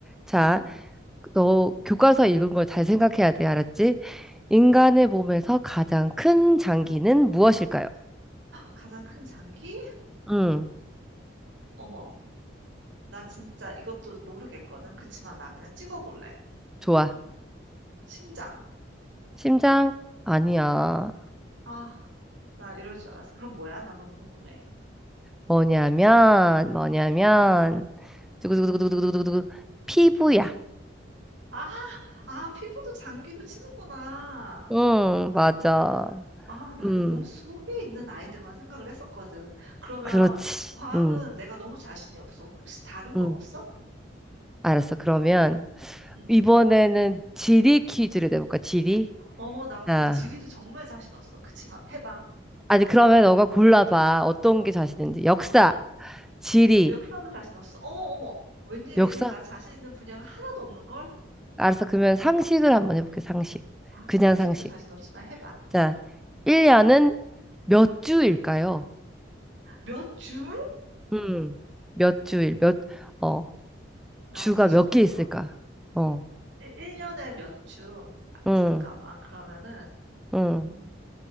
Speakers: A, in the centre; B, on the right.
A: 자,
B: 응?
A: 너 교과서 읽은 걸 잘 생각해야 돼. 알았지? 인간의 몸에서 가장 큰 장기는 무엇일까요?
B: 가장 큰 장기?
A: 음,
B: 어머, 나 진짜 이것도 모르겠거든. 그치만 나 그냥 찍어볼래.
A: 좋아.
B: 심장.
A: 심장? 아니야.
B: 아, 나 이럴 줄 알았어. 그럼 뭐야? 나 너무 궁금해.
A: 뭐냐면, 뭐냐면, 두구두구두구두구두구두구, 피부야.
B: 아, 아, 피부도 장기로 치는구나.
A: 응,
B: 아,
A: 맞아.
B: 나, 아, 나는
A: 음,
B: 몸 속에 있는 아이들만 생각을 했었거든. 그러면
A: 그렇지.
B: 과학은
A: 음,
B: 내가 너무 자신이 없어. 혹시 다른
A: 음.
B: 거 없어?
A: 알았어. 그러면,
B: 응.
A: 이번에는 지리 퀴즈를 내볼까? 지리?
B: 어머, 나 그거
A: 자.
B: 지리도 정말 자신 없어. 그치만 해봐.
A: 아니, 그러면 너가 골라봐. 어떤 게 자신 있는지. 역사, 지리,
B: 역사도 자신 없어. 어머, 어머. 웬일이니?
A: 역사?
B: 나 자신 있는 분야가 하나도 없는 걸?
A: 알았어. 그러면 상식을 한번 해볼게, 상식.
B: 아,
A: 그냥
B: 상식도
A: 상식.
B: 자신 없지만 해봐.
A: 자, 1년은 몇 주일까요?
B: 몇 주?
A: 음, 몇 주일, 몇, 어,
B: 나
A: 주가
B: 자신
A: 몇
B: 없어.
A: 개 있을까? 어,
B: 1, 일년에몇 주? 아,
A: 응,
B: 잠깐만. 그러면은,
A: 응.
B: 음,